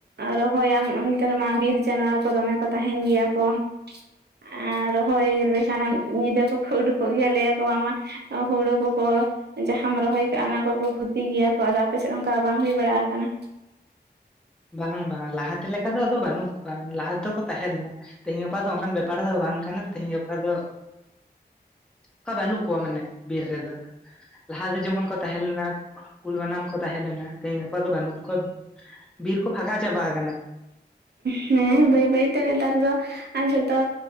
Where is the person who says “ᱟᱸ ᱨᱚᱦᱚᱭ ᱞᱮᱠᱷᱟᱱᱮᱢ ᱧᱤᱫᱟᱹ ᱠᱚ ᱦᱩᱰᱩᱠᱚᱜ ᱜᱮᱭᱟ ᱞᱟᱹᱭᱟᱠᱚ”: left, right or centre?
Right